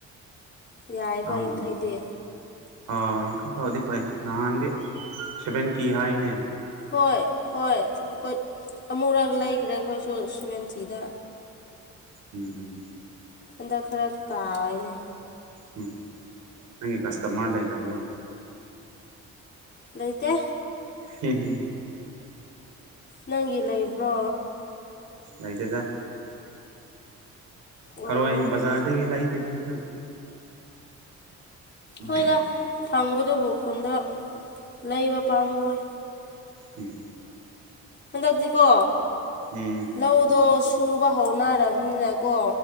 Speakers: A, on the left; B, on the right.
A: ꯌꯥꯏꯀꯣ
B: ꯇꯥꯡꯕꯅꯤ
A: ꯌꯪꯈꯩꯗꯤ
B: ꯑꯥ ꯌꯥꯡꯈꯩ ꯐꯥꯎꯗꯤ ꯐꯩ ꯅꯍꯥꯟꯗꯤ ꯁꯦꯚꯦꯟꯇꯤ ꯍꯥꯏꯅꯦ
A: ꯍꯣꯏ ꯍꯣꯏ ꯍꯣꯏ ꯑꯃꯨꯔꯛ ꯂꯩꯈ꯭ꯔꯦ ꯑꯩꯈꯣꯏꯁꯨ ꯁꯨꯕꯦꯟꯇꯤꯗ
B: ꯎꯝ
A: ꯍꯟꯗꯛ ꯈꯔ ꯇꯥꯏꯅꯦ
B: ꯎꯝ ꯅꯪꯒꯤ ꯀꯁꯇꯥꯃꯔ ꯂꯩꯔꯕꯣ
A: ꯂꯩꯇꯦ
B: ꯍꯝ ꯍꯝ
A: ꯅꯪꯒꯤ ꯂꯩꯕ꯭ꯔꯣ
B: ꯑꯣꯏꯇꯣꯏꯗ
A: ꯑꯣ
B: ꯊꯔꯣꯏ ꯕꯖꯥꯔꯗꯒꯤ ꯂꯩꯗꯦꯗꯥ ꯑꯩꯈꯣꯏ ꯎꯝ
A: ꯍꯣꯏꯗ ꯐꯪꯕꯗꯨꯕꯨ ꯈꯨꯟꯗ ꯂꯩꯕ ꯄꯥꯝꯃꯨꯋꯦ
B: ꯎꯝ
A: ꯍꯟꯗꯛꯇꯤꯀꯣ
B: ꯎꯝ
A: ꯂꯧꯗꯣ ꯁꯨꯕ ꯍꯧꯅꯔꯕꯅꯤꯅꯀꯣ